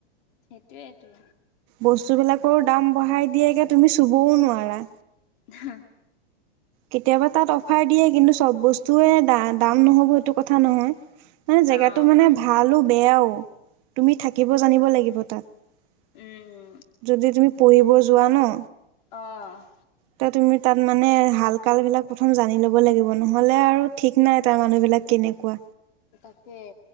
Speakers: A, on the left; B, on the right.
A: সেইটোৱেইেতটো।
B: বস্তুবিলাকৰো দাম বঢ়াই দিয়েগে তুমি চুবও নোৱাৰা।
A: হা।
B: কেতিয়াবা তাত অফাৰ দিয়ে, কিন্তু চব বস্তুৱে দ দাম নহ'ব সেইটো কথা নহয়। মানে জেগাতটো
A: অঁ
B: মানে ভালো বেয়াও, তুমি থাকিব জানিব লাগিব তাত।
A: উম
B: যদি তুমি পঢ়িব যোৱা ন
A: অঁ।
B: তে তুমি তাত মানে হাল কাল বিলাক। প্ৰথম জানি ল'ব লাগিব নহ'লে আৰু ঠিক নাই তাৰ মানুহবিলাক কেনেকুৱা।
A: তাকে